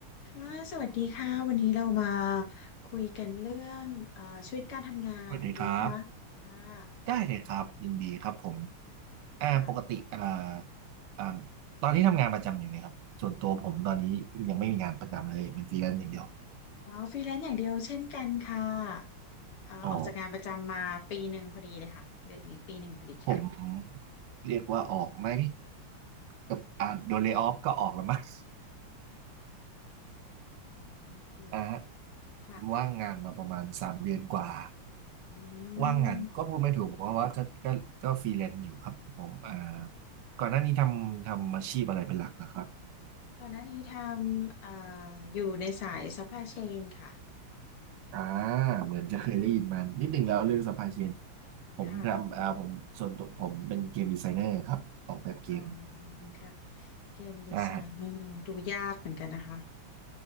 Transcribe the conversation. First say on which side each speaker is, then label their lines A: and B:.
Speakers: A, on the left; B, on the right.
A: ค่ะสวัสดีค่ะวันนี้เรามาคุยกันเรื่องเอ่อชีวิตการทำงานดีไหมคะค่ะ
B: สวัสดีครับได้เลยครับยินดีครับผมอ่าปกติอ่า
A: ค่ะ
B: อ่าตอนนี้ทำงานประจำอยู่ไหมครับส่วนตัวผมตอนนี้ยังไม่มีงานประจำเลยเป็นฟรีแลนซ์อย่างเดียว
A: อ๋อฟรีแลนซ์อย่างเดียวเช่นกันค่ะเอ่อออกจากงานประจำมาปีหนึ่งพอดีเลยค่ะเดือนนี้ปีหนึ่งพอดีค่ะ
B: อ๋อผมเรียกว่าออกไหมกับอ่าโดนเลย์ออฟก็ออกแล้วมั้ง
A: โอเค
B: <laughs> อ่าฮะ
A: ค่ะถึง
B: ว่างงานมาประมาณสามเดือนกว่า
A: อื
B: ว่างงานก็พูดไม่ถูกเพราะว่าก็ก็ก็ฟรีแลนซ์อยู่ครับผมอ่า
A: ม
B: ก่อนหน้านี้ทำทำอาชีพอะไรเป็นหลักนะครับ
A: ก่อนหน้านี้ทำเอ่ออยู่ในสาย supply chain ค่ะ
B: อ่าเหมือนจะเคยได้ยินมานิดหนึ่งแล้วเรื่องสปายเคียนผมทำอ่าผมส่วนตัวผมเป็นเกมดีไซเนอร์ครับออกแบบเกม
A: ค่ะอ๋อค่ะเกมดีไซเนอร์ดูยากเหมือนกันนะคะ
B: อ่าฮะ